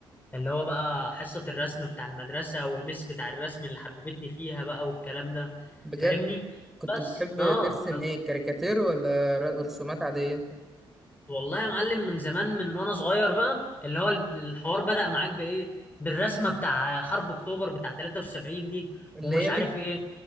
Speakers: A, on the left; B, in the centre.
A: اللي هو بقى حصه الرسم بتاع المدرسه والمس بتاع الرسم اللي حببتني فيها بقى والكلام ده
B: بجد
A: فاهمني
B: كنت
A: بس
B: بتحب
A: اه
B: ترسم ايه كاريكاتير ولا ر- رسومات عادية
A: والله يا معلم من زمان من وانا صغير بقى اللي هو الحوار بدأ معاك بايه بالرسمه بتاع حرب اكتوبر بتاع 73 دي
B: اللي
A: ومش
B: هي
A: عارف
B: دي
A: ايه